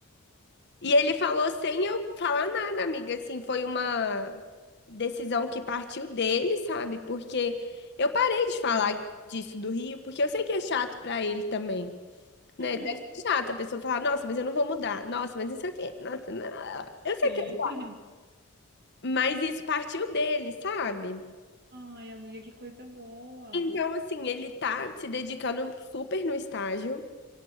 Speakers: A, on the left; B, on the right.
A: E ele falou sem eu falar nada, amiga. Assim, foi uma decisão que partiu dele, sabe? Porque eu parei de falar disso do Rio, porque eu sei que é chato pra ele também, né?
B: uhum,
A: Deve ser chato a pessoa falar, nossa, mas eu não vou mudar. Nossa, mas não sei o quê. Nossa, não, não, não. Eu sei
B: <laughs>
A: que é chato, mas isso partiu dele, sabe?
B: Ai, amiga, que coisa boa.
A: Então, assim, ele tá se dedicando super no estágio.